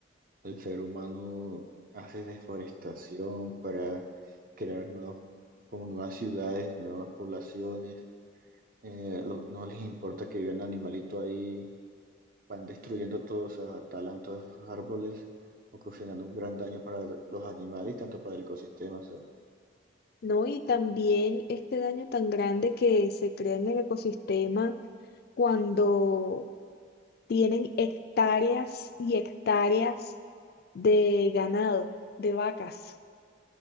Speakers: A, on the right (about 45°); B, on the left (about 50°).
A: el ser humano hace deforestación para crear nuevos, como nuevas ciudades, nuevas poblaciones. Eh, lo- no les importa que vivan animalitos ahí, van destruyendo todos, o sea, talan todos esos árboles, ocasionando un gran daño para los animales y tanto para el ecosistema. o sea,
B: ¿no? Y también este daño tan grande que se crea en el ecosistema cuando tienen hectáreas y hectáreas de ganado, de vacas.